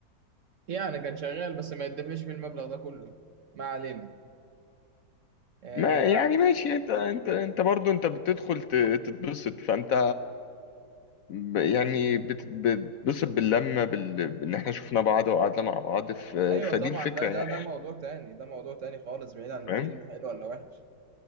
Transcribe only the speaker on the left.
ما يعني
ماشي انت انت انت برضه انت بتدخل ت- تتبسط فانت ب- يعني بت- بتتبسط باللمة بال... بان احنا شفنا بعض وقعدنا مع بعض ف...
فدي
الفكرة
يعني
فاهم